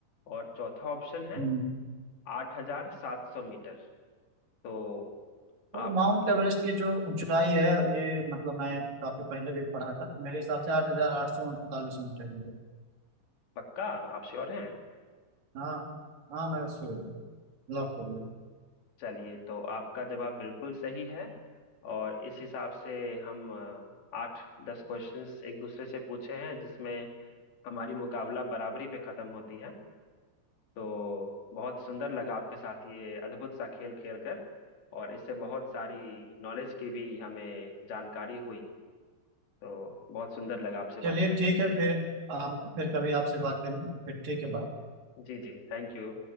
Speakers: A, on the left (about 70°); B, on the right (about 50°).
A: और चौथा ऑप्शन है
B: हम्म।
A: आठ हजार सात सौ मीटर तो
B: तो
A: आप
B: माउंट एवरेस्ट
A: इन
B: की जो ऊंचाई है ये मतलब मैं काफी पहले भी पढ़ा था तो मेरे हिसाब से आठ हजार आठ सौ उनतालीस मीटर ही है
A: पक्का आप श्योर हैं
B: हाँ हाँ मैं उसको लॉक करिए
A: चलिए तो आपका जवाब बिल्कुल सही है और इस हिसाब से हम अ, आठ दस क्वेश्चंस एक दूसरे से पूछे हैं जिसमें हमारी मुकाबला बराबरी पे खत्म होती है तो बहुत सुंदर लगा आपके साथ ये अद्भुत सा खेल खेल कर और इससे बहुत सारी नॉलेज की भी हमें जानकारी हुई तो बहुत सुंदर लगा आपसे बात
B: चलिए
A: करके
B: ठीक है फिर हम फिर कभी आपसे बात करेंगे फिर ठीक है बाय
A: जी जी थैंक यू